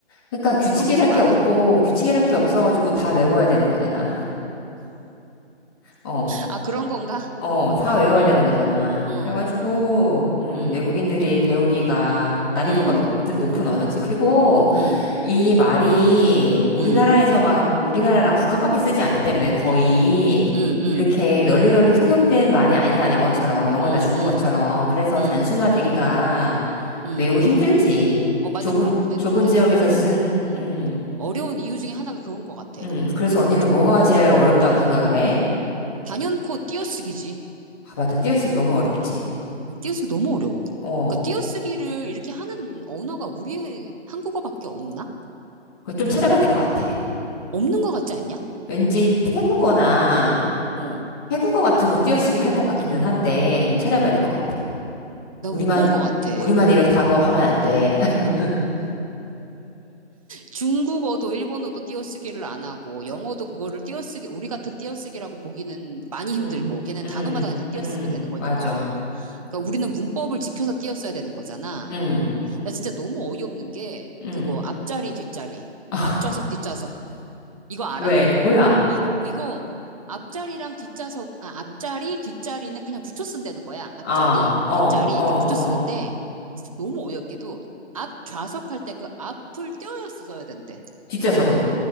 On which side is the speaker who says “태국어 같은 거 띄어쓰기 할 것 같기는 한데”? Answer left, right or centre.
Left